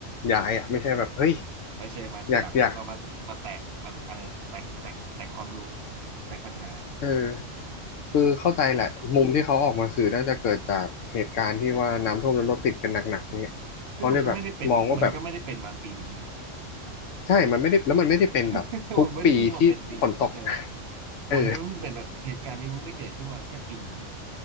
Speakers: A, on the left; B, on the right.
A: ย้ายอ่ะไม่ใช่แบบเฮ้ย
B: ไม่ใช่มาทีหลังแล้วก็มามาแตกมาอะไรนะแตกแตกแตกความรู้
A: อยากอยาก
B: แตกปัญหา
A: เออคือเข้าใจแหละมุมที่เขาออกมาสื่อน่าจะเกิดจากเหตุการณ์ที่ว่าน้ำท่วมแล้วรถติดกันหนักๆเนี่ยเขาเลยแบบมองว่าแบบ
B: ซึ่งมันก็ไม่ได้เป็นมันก็ไม่ได้เป็นมาปีนี้
A: ใช่มันไม่ได้แล้วมันไม่ได้เป็นแบบทุกปีที่ฝนตก
B: <laughs> มันไม่ได้เพิ่งมาเป็นปีนี้เออ
A: <laughs> เออ
B: มันไม่ได้เพิ่งเป็นแบบเหตุการณ์นี้มันไม่ได้เกิดขึ้นมาแค่ปีนี้